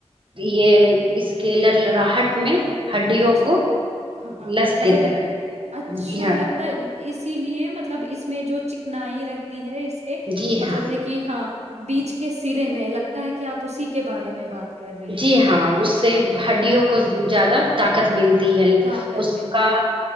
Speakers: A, on the right; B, on the right.
A: یہ اس کے لر لراہٹ میں ہڈیوں
B: اچھا
A: کو
B: ہاں ہاں
A: لس
B: مطلب
A: دیتا ہے
B: اچھا
A: جی ہاں
B: لگتا ہے اسی لیے مطلب اس میں جو چکنائی رہتی ہے اس کے
A: جی
B: مطلب
A: ہاں
B: ہے کہ ہاں بیچ کے سرے میں لگ تا ہے کہ آپ اسی کے بارے میں بات کر رہی ہیں
A: جی ہاں اس سے ہڈیوں کو زیادہ طاقت ملتی
B: ہاں ہاں
A: ہے
B: طاقت
A: اس
B: ملتی
A: کا
B: ہے